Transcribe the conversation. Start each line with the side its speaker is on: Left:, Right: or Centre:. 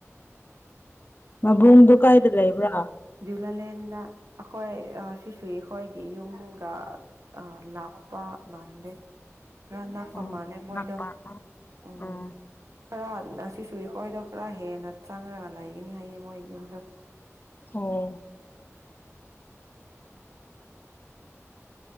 Left: ꯃꯕꯨꯡꯗꯨ ꯀꯥꯏꯗ ꯂꯩꯕ꯭ꯔꯥ
Right: ꯂꯥꯂꯦꯟꯗ ꯑꯩꯈꯣꯏ ꯁꯤꯁꯨ ꯑꯩꯈꯣꯏꯒꯤ ꯌꯨꯝꯒ ꯂꯥꯞꯄ ꯃꯥꯟꯗꯦ ꯈꯔ ꯅꯛꯄ
Left: ꯑꯣ
Right: ꯃꯥꯜꯂꯦ ꯃꯣꯏꯗꯣ
Left: ꯅꯛꯄ ꯑꯣ
Right: ꯎꯝ꯫ ꯈꯔ ꯑꯁꯤꯁꯨ ꯑꯩꯈꯣꯏꯗꯣ ꯈꯔ ꯍꯦꯟꯅ ꯆꯪꯔꯒ ꯂꯩꯒꯅꯤ ꯍꯥꯏꯌꯦ ꯃꯣꯏ ꯌꯨꯝꯗꯣ꯫
Left: ꯑꯣ
Right: <unintelligible>